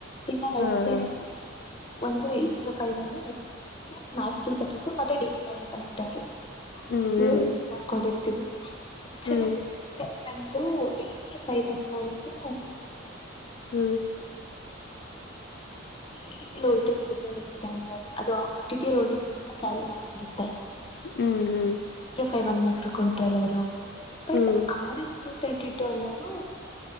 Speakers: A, on the left (about 25°); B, on the left (about 50°).
A: ಇನ್ನ ರೈಟ್
B: ಹಾ ಹಾ
A: ಸೈಡ್ ಅಲ್ಲಿ ಒಂದು ಏಟ್ ಜೀರೋ ಫೈ್ ಅ ನೆಸ್ ಟ ಮಕ್ಸ್ ಟ ತರ್ಟಿ ಟು ಮತ್ತೆ ಡಿ ಬಿ ನೈನ್ ಕನೆಕ್ಟ್ ಆರು
B: ಹ್ಮ್
A: ಮೂರು
B: ಹ್ಮ್
A: ಯೂಸ್ ಮಾಡ್ಕೊಂಡಿರ್ತೀವಿ ಆಕ್ಚುಲಿ
B: ಹ್ಮ್
A: ಬೇಸಿಕ್ಾಗಿ ಬಂದು ಏಜ ಫೈವ್ ಅಂತ ನಾನದು
B: ಹ್ಮ್
A: ಟಟ ವೋಲ್ಟೇಜ್ ಸಿಗ್ನಲ್ ಇರುತ್ತೆ ಅಂದ್ರೆ ಅದು ಅದುಟಟಿ ವೋಲ್ಟೇಜ್ ಸಿಗ್ನಲ್ ಕ್ಯಾರಿ ಮಾಡ್ತಿರುತ್ತೆ
B: ಹ್ಮ್ ಹ್ಮ್
A: ೈ್ one micro ಕ್ವಿಂಟ್ರಲ್ but
B: hmm
A: R S two thirty two ಅನ್ನೋದು